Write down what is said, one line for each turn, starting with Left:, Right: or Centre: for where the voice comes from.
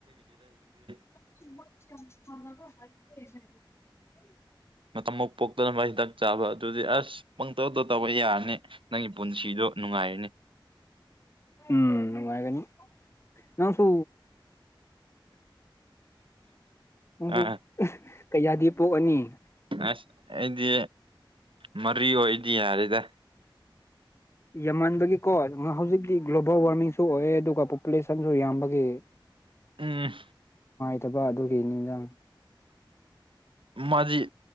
Right: <unintelligible>
Left: <unintelligible>
Right: ꯃꯇꯝ ꯃꯨ ꯄꯣꯛꯇꯅꯕ ꯍꯤꯗꯥꯛ ꯆꯥꯕ ꯑꯗꯨꯗꯤ ꯑꯁ ꯄꯪꯇꯧꯗ ꯇꯧꯕ ꯌꯥꯔꯅꯤ ꯅꯪꯒꯤ ꯄꯨꯟꯁꯤ ꯁꯤꯗꯣ ꯅꯨꯡꯉꯥꯏꯔꯅꯤ
Left: ꯎꯝ ꯅꯨꯉꯥꯏꯒꯅꯤ ꯅꯪꯁꯨ ꯅꯪꯁꯨ
Right: ꯑꯥ
Left: ꯀꯩꯌꯥꯗꯤ ꯄꯣꯛꯑꯅꯤ
Right: ꯑꯁ ꯑꯩꯗꯤ ꯃꯔꯤ ꯑꯣꯏꯗꯤ ꯌꯥꯔꯦꯗ
Left: ꯌꯥꯝꯃꯟꯕꯒꯤꯀꯣ ꯍꯧꯖꯤꯛꯇꯤ ꯒ꯭ꯂꯣꯕꯜ ꯋꯥꯔꯃꯤꯡꯁꯨ ꯑꯣꯏ ꯑꯗꯨꯒ ꯄꯣꯄꯨꯂꯦꯁꯟꯁꯨ ꯌꯥꯝꯕꯒꯤ
Right: ꯎꯝ
Left: ꯐꯠꯇꯕ ꯑꯗꯨꯒꯤ ꯅꯤꯗ
Right: ꯃꯥꯗꯤ